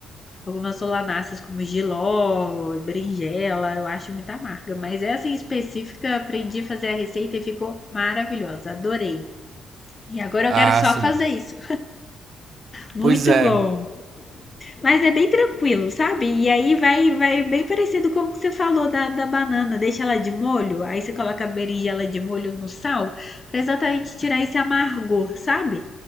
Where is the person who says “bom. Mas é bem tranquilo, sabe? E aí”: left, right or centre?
Left